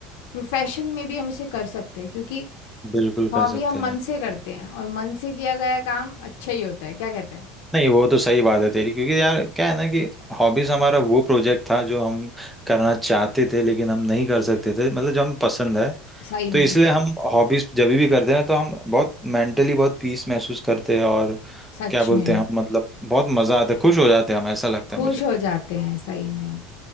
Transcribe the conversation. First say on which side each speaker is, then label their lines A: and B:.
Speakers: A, on the left; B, in the centre.
A: प्रोफेशन में भी हम इसे कर सकते हैं क्योंकि
B: बिल्कुल
A: हॉबी
B: कर सकते
A: हम
B: हैं
A: मन से करते हैं और मन से किया गया काम अच्छा ही होता है क्या कहते हैं
B: नहीं वो तो सही बात है तेरी क्योंकि यार क्या है ना कि हॉबीज हमारा वो प्रोजेक्ट था जो हम करना चाहते थे लेकिन हम नहीं कर सकते थे मतलब जो हमें पसंद है
A: सही
B: तो
A: में
B: इसलिए हम हॉबीज जब भी करते हैं ना तो हम बहुत मेंटली बहुत पीस महसूस करते हैं और
A: सच
B: क्या बोलते
A: में
B: हैं हम मतलब बहुत मजा आता है खुश हो जाते हैं हम ऐसा लगता
A: खुश
B: है मुझे
A: हो जाते हैं सही में